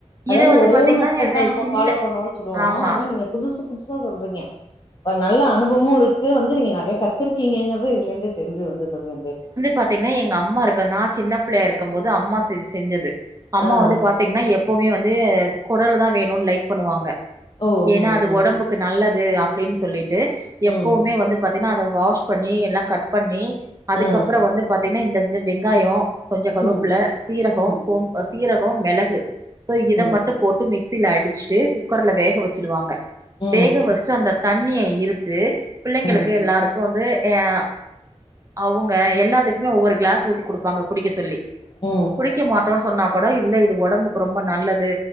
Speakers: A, on the left; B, on the right.
A: அதாவது
B: இது வந்து
A: ஒரே
B: பாத்தீங்கன்னா
A: மெத்தட்டு
B: இது
A: தா நம்ம
B: சின்ன
A: பாலோ பண்ணோ சொல்லுவோ
B: ஆமா
A: ஆனா நீங்க புதுசு புதுசா சொல்றீங்க ஒரு நல்ல அனுபவமு இருக்கு வந்து நீங்க நெறைய கத்துருக்கீங்கிறது இதுலருந்து தெரிது வந்து தோழி வந்து
B: பாத்தீங்கன்னா எங்கம்மா இருக்க நா சின்ன பிள்ளையா இருக்கும் போது அம்மா செஞ் செஞ்சது அம்மா
A: ஆ, ஆ.
B: வந்து பாத் தீங்கன்னா எப்பவுமே வந்து கொடல் தா வேணு லைக் பண்ணுவாங்க
A: ஓ!
B: ஏன்னா
A: ம்,
B: அது
A: ம்.
B: ஒடம்புக் க்கு நல்லது அப்படின்னு சொல்லிட்டு
A: ம்.
B: எப்பவுமே வந்து பாத்தீங்கன்னா அத வாஷ் பண்ணி எல்லா கட் பண்ணி அதுக்கப்பறோ
A: ஆ.
B: வந்து பாத்தீங்கன்னா இந்த இந்த வெங்காயோ கொஞ்ச கருவப்புல
A: ம்,
B: சீரகொ
A: ம்,
B: சோம்பு சீரகொ மெளகு சோ
A: ம்,
B: இத மட்டு போட் டு மிக்சில அடிச்சுட்டு குக்கர்ல வேக வச்சுடுவாங்க
A: ம், ம்.
B: வேக வச்சுட்டு அந்த தண்ணிய இருத்து பிள்ளைங்களுக்கு
A: ம்.
B: எல்லாருக்கு வந்து ஏ ஆ அவங்க எல்லாத்துக்குமே ஒவ்வொரு க்ளாஸ் ஊத்தி குடுப்பாங்க குடிக்க சொல்லி
A: ம்
B: குடிக்க மாட்டோம்னு சொன்னா கூட இல்ல இது ஒடம்புக்கு ரொம்ப நல்லது